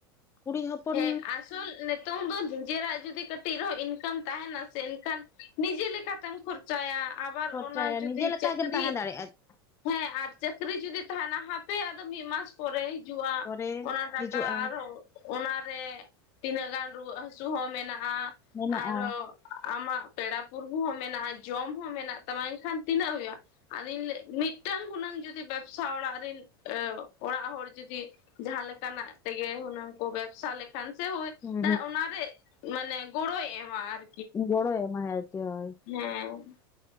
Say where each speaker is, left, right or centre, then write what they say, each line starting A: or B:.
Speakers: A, on the left; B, on the left.
A: ᱠᱩᱲᱤ ᱦᱚᱯᱚᱱ
B: ᱦᱮᱸ ᱟᱥ ᱛᱚᱞ ᱱᱤᱛᱚᱝ ᱫᱚ ᱱᱤᱡᱮᱨᱟᱜ ᱡᱩᱫᱤ ᱠᱟᱹᱴᱤᱡ ᱨᱮᱦᱚᱸ ᱤᱱᱠᱟᱢ ᱛᱟᱦᱮᱱᱟ ᱥᱮ ᱮᱱᱠᱷᱟᱱ ᱱᱤᱡᱮ ᱞᱮᱠᱟᱛᱮᱢ ᱠᱷᱚᱨ ᱪᱟᱭᱟ ᱟᱵᱟᱨ
A: ᱠᱷᱚᱨᱪᱟᱭᱟ
B: ᱚᱱᱟ ᱡᱩᱫᱤ
A: ᱱᱤᱡᱮ ᱞᱮᱠᱟ
B: ᱪᱟᱹᱠᱨᱤ,
A: ᱜᱮᱢ ᱛᱟᱦᱮᱸ ᱫᱟᱲᱮᱭᱟᱜᱼᱟ
B: ᱟᱨ ᱪᱟᱹᱠᱨᱤ ᱡᱩᱫᱤ ᱛᱟᱦᱮᱱᱟ ᱦᱟᱯᱮ ᱟᱫᱚ ᱢᱤᱫ ᱢᱟᱥ, ᱯᱚᱨᱮ ᱦᱤᱡᱩᱜᱼᱟ
A: ᱯᱚᱨᱮ
B: ᱚᱱᱟ ᱴᱟᱠᱟ
A: ᱦᱤᱡᱩᱜᱼᱟ
B: ᱟᱨᱦᱚᱸ, ᱚᱱᱟᱨᱮ ᱛᱤᱱᱟᱹᱜ ᱜᱟᱱ ᱨᱩᱣᱟᱹᱜ ᱦᱟᱹᱥᱩ ᱦᱚᱸ ᱢᱮᱱᱟᱜᱼᱟ
A: ᱢᱮᱱᱟᱜᱼᱟ
B: ᱟᱨᱚ ᱟᱢᱟᱜ ᱯᱮᱲᱟ ᱯᱵᱷᱩ ᱦᱚᱸ ᱢᱮᱱᱟᱜᱼᱟ ᱡᱚᱢ ᱦᱚᱸ ᱢᱮᱱᱟᱜ ᱛᱟᱢᱟ᱾ ᱮᱱᱠᱷᱟᱱ ᱛᱤᱱᱟᱹᱜ ᱦᱩᱭᱩᱜᱼᱟ ᱟᱫᱚᱧ ᱞᱟᱹᱭ ᱢᱤᱫᱴᱟᱝ ᱦᱩᱱᱟᱹᱝ ᱡᱩᱫᱤ ᱵᱮᱵᱽᱥᱟ ᱚᱲᱟᱜ ᱨᱮᱱ ᱚᱲᱟᱜ ᱦᱚᱲ ᱡᱩᱫᱤ, ᱡᱟᱦᱟᱸ ᱞᱮᱠᱟᱱᱟᱜ ᱛᱮᱜᱮ ᱦᱩᱱᱟᱹᱝ ᱠᱚ ᱵᱮᱵᱽᱥᱟ ᱞᱮᱠ ᱠᱷᱟᱱ ᱥᱮ ᱦᱩᱭ
A: ᱦᱩᱸ
B: ᱚᱱᱟᱨᱮ ᱢᱟᱱᱮ, ᱜᱚᱲᱚᱭ ᱮᱢᱟ ᱟᱨ
A: ᱜᱚᱲᱚᱭ ᱮᱢᱟᱭ ᱟᱨᱠᱤ ᱦᱳᱭ᱾
B: ᱦᱮᱸ